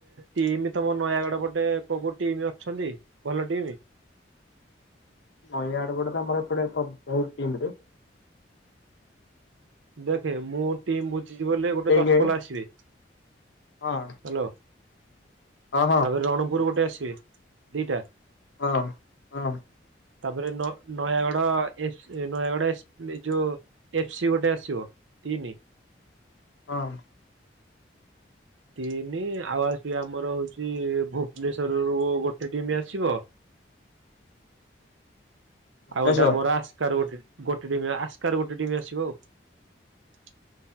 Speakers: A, on the right (about 85°); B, on the left (about 75°).
A: ଟିମ ତମ ନୟାଗଡ ପଟେ କୋଉ କୋଉ ଟିମ ଅଛନ୍ତି ଭଲ ଟିମ।
B: ନୟାଗଡ ପଟେ ତ ଆମର ଏପଟେ ପ୍ର ବହୁତ ଟିମ ରେ।
A: ଦେଖେ ମୁଁ ଟିମ୍ ବୁଝିଛି ବୋଲେ ଗୋଟେ
B: ଦେଖେ
A: ଦଶ ପଲା ଆସିବେ।
B: ହଁ
A: ହ୍ୟାଲୋ
B: ହଁ
A: ତାପରେ ରଣପୁର ଗୋଟେ ଆସିବେ। ଦିଟା
B: ହଁ ହଁ।
A: ତାପରେ ନୟାଗଡ ନୟାଗଡ ଏ ଯୋଉ ଏଫ ସ ଗୋଟେ ଆସିବ। ତିନି।
B: ହଁ।
A: ତିନି ଆଉ ଆସି ଆମର ହଉଛି ଭୁବନେଶ୍ୱର ରୁ ଗୋଟେ ଟିମ୍ ଆସିବ।
B: ଭୁବନେଶ୍ଵର
A: ଆଉ ଗୋଟେ ଆମର ଆସ୍କାରୁ ଗୋଟେ ଗୋଟେ ଟିମ ଆସ୍କାରୁ ଗୋଟେ ଟିମ୍ ଆସିବ ଆଉ।